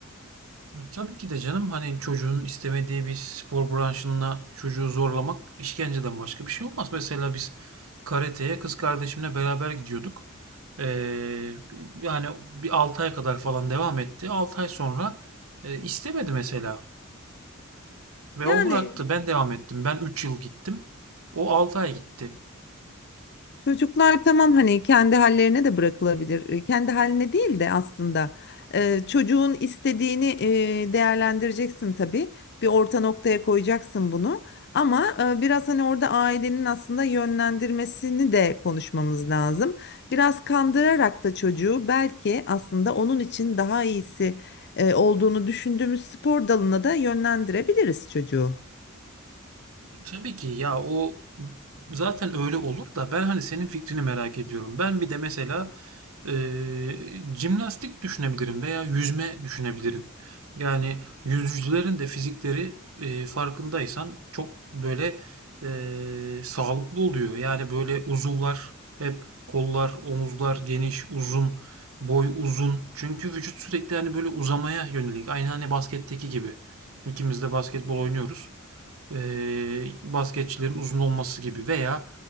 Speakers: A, on the right; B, on the left.
A: E, Tabii ki de canım hani çocuğun istemediği bir spor branşına çocuğu zorlamak işkenceden başka bir şey olmaz. Mesela biz karateye kız kardeşimle beraber gidiyorduk. Eee, yani bir 6 ay kadar falan devam etti. 6 ay sonra e, istemedi mesela. Ve
B: Yani
A: o bıraktı. Ben devam ettim. Ben 3 yıl gittim. O 6 ay gitti.
B: Çocuklar tamam hani kendi hallerine de bırakılabilir. E, Kendi haline değil de aslında e, çocuğun istediğini e, değerlendireceksin tabii. Bir orta noktaya koyacaksın bunu. Ama e, biraz hani orada ailenin aslında yönlendirmesini de konuşmamız lazım. Biraz kandırarak da çocuğu belki aslında onun için daha iyisi e, olduğunu düşündüğümüz spor dalına da yönlendirebiliriz çocuğu.
A: Tabii ki ya o zaten öyle olur da ben hani senin fikrini merak ediyorum. Ben bir de mesela Eee, jimnastik düşünebilirim veya yüzme düşünebilirim. Yani yüzücülerin de fizikleri, eee, farkındaysan çok böyle, eee, sağlıklı oluyor. Yani böyle uzuvlar hep kollar, omuzlar geniş, uzun, boy uzun. Çünkü vücut sürekli hani böyle uzamaya yönelik. Aynı hani basketteki gibi. İkimiz de basketbol oynuyoruz. Eee, basketçilerin uzun olması gibi veya